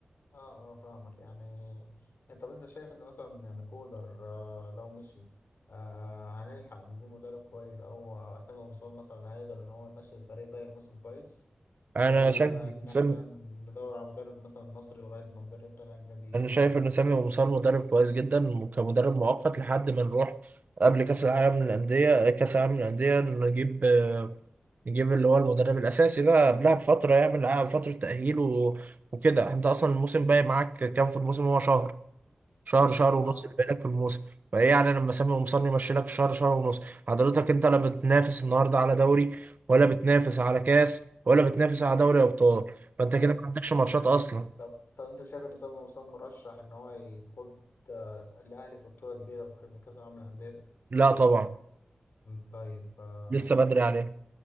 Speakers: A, on the left (about 80°); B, on the right (about 50°).
A: اه آه، فاهمك يعني انت طب انت شايف ان مثلا يعني كولر آه لو مشي آه هنلحق نجيب مدرب كويس او آه، اسامه مصاب مثلا هيقدر ان هو يمشي الفريق باقي الموسم كويس
B: انا
A: ولا
B: شايف إن
A: إن إحنا
B: سامي
A: ندور على مدرب مثلا مصري لغاية ما مدرب تاني أجنبي يجي
B: انا شايف
A: وكده
B: ان سامي مصار مدرب كويس جدا كمدرب مؤقت لحد ما نروح قبل كاس العالم للانديه كاس العالم للانديه نجيب آه، نجيب اللي هو المدرب الأساسي بقى قبلها بفترة يعمل قبلها فترة تأهيل و... وكده أنت أصلا الموسم باقي معاك كام في الموسم هو شهر شهر شهر ونص
A: اه
B: اللي باقي لك في الموسم فإيه يعني لما سامي قمصان يمشي لك شهر شهر ونص حضرتك أنت لا بتنافس النهاردة على دوري ولا بتنافس على كاس ولا بتنافس على دوري أبطال فأنت
A: طيب
B: كده ما عندكش ماتشات أصلا
A: طب طب أنت شايف إن سامي مسلم مرشح إن هو يقود آه، الأهلي في بطولة كبيرة بحجم كأس العالم للأندية دي؟
B: لا طبعا
A: مم، طيب آه،
B: لسه بدري عليه